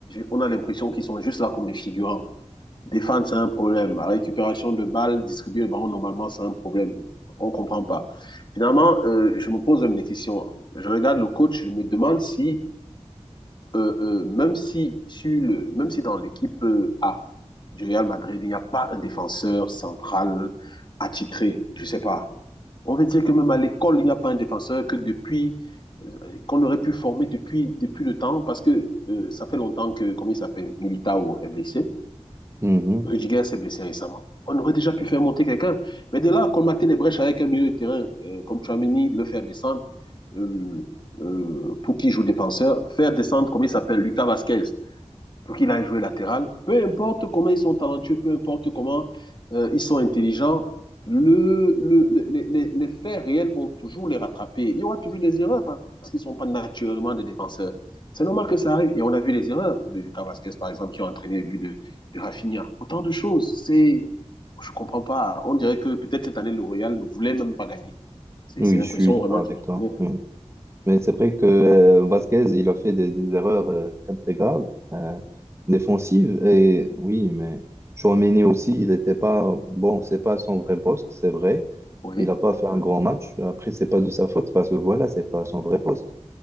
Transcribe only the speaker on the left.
on a l'impression qu'ils sont juste là comme des figurants. Défendre, c'est un problème. La récupération de balles, distribuer le ballon, normalement, c'est un problème. On ne comprend pas. Finalement, euh, je me pose même des questions. Je regarde le coach, je me demande si, euh, euh, même, si sur le, même si dans l'équipe euh, A du Real Madrid, il n'y a pas un défenseur central attitré, je ne sais pas. On veut dire que même à l'école, il n'y a pas un défenseur que depuis euh, qu'on aurait pu former depuis, depuis le temps, parce que euh, ça fait longtemps que, comment il s'appelle, Militao est blessé.
Rudiger s'est blessé récemment. On aurait déjà pu faire monter quelqu'un. Mais de là, colmater les brèches avec un milieu de terrain euh, comme Chouameni, le faire descendre, euh, euh, pour qui joue défenseur, faire descendre, comment il s'appelle, Lucas Vasquez pour qu'il aille jouer latéral. Peu importe comment ils sont talentueux, peu importe comment euh, ils sont intelligents, le, le, le les, les, faits réels vont toujours les rattraper. Il y aura toujours des erreurs parce qu'ils ne sont pas naturellement des défenseurs. C'est normal que ça arrive. Et on a vu les erreurs de Lucas Vasquez, par exemple, qui ont entraîné le but de, de Rafinha. Autant de choses. C'est, je ne comprends pas. On dirait que peut-être cette année, le Royal ne voulait même pas gagner. C'est
c'est l'impression
vraiment
qu'ils m'ont
donnée.
Oui,
oui,